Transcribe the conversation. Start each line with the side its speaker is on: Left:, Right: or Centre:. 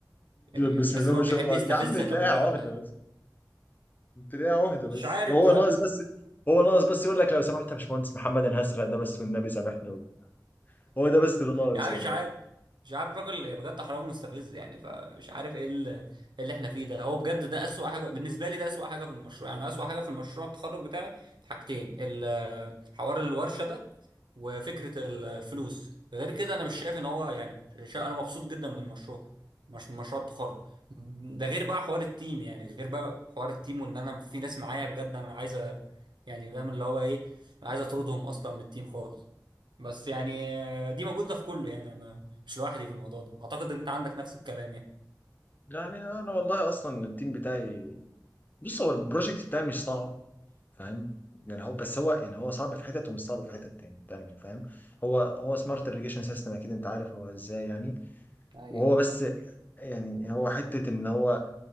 Right: يعني
Left: بسم
Right: تحس
Left: الله
Right: ان
Left: ما
Right: هو
Left: شاء
Right: بيحب
Left: الله
Right: يستفزك
Left: يا عم تلاقيها
Right: قبل ما
Left: عهده
Right: ياخد
Left: بس تلاقيها عهده بس
Right: مش عارف
Left: هو
Right: بقى
Left: ناقص بس هو ناقص بس يقول لك لو سمحت يا باشمهندس محمد انا هسرق ده بس والنبي سامحني هو ده بس اللي ناقص
Right: يا عم
Left: والله
Right: مش عارف مش عارف الراجل بجد حرامي مستفز يعني فمش عارف ايه ال- إيه اللي احنا فيه ده هو بجد ده اسوأ حاجه بالنسبه لي ده اسوأ حاجه في المشروع يعني أنا اسوأ حاجه في المشروع التخرج بتاعي حاجتين ال- حوار الورشه ده وفكره الفلوس غير كده انا مش شايف ان هو يعني شا- انا مبسوط جدا من المشروع مش من مشروع التخرج ده غير بقى حوار التيم يعني غير بقى حوار التيم وان انا في ناس معايا بجد انا عايز أ- يعني فاهم اللي هو ايه انا عايز اطردهم اصلا من التيم خالص بس يعني دي موجودة في كله يعني أنا مش لوحدي في الموضوع ده أعتقد إن أنت عندك نفس الكلام يعني
Left: يعني انا والله اصلا التيم بتاعي بص هو البروجكت بتاعي مش صعب فاهم يعني هو بس هو يعني هو صعب في حتت ومش صعب في حتت تاني تانية فاهم هو هو سمارت irrigation سيستم اكيد انت عارف هو ازاي يعني
Right: أيوه
Left: وهو بس يعني هو حتة ان هو